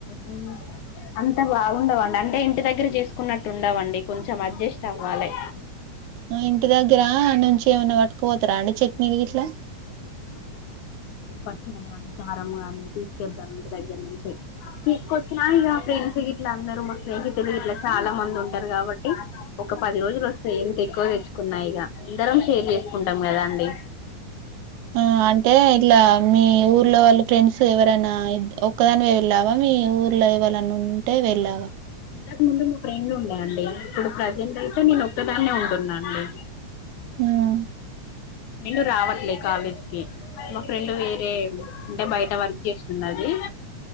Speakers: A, on the left; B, on the right.
A: అం అంత బాగుండవండి అంటే ఇంటి దగ్గర చేసుకున్నట్టు ఉండవండి కొంచెం అడ్జస్ట్ అవ్వాలే
B: నువు ఇంటి దగ్గర నుంచి ఏమన్నా పట్టుకుపోతారా అండి చట్నీది గీట్లా
A: పచ్చడ గానీ కారం గానీ తీసు తీద్దామండి దగ్గర నుంచి తీసుకుచ్చిన ఇగ ఫ్రెండ్స్ గిట్ ఇళ్లు అందరూ మా స్నేహితులు ఇట్లా చాలా మంది ఉంటారు కాబట్టి ఒక పది రోజులు వస్తాయి ఎంత ఎక్కువ తెచ్చుకున్నా ఇగ అందరం షేర్ చేసుకుంటాం గదా అండి
B: ఆ అంటే ఇట్లా మీ ఊర్లో వాళ్ళ ఫ్రెండ్స్ ఎవరైనా ఇద్దు ఒక్కదానివే వెళ్ళావా మీ ఊర్లో ఎవలన్నా ఉంటే వెళ్ళావా
A: ఇంతకు ముందు మా ఫ్రెండ్ ఉండే అండి ఇప్పుడు ప్రెసెంట్ అయితే నేను ఒక్కదాన్నే ఉంటున్నా అండి
B: ఆ
A: నేను రావట్లే కాలేజ్ కి మా ఫ్రెండ్ వేరే అంటే బయట వర్క్ చేస్తుంది అది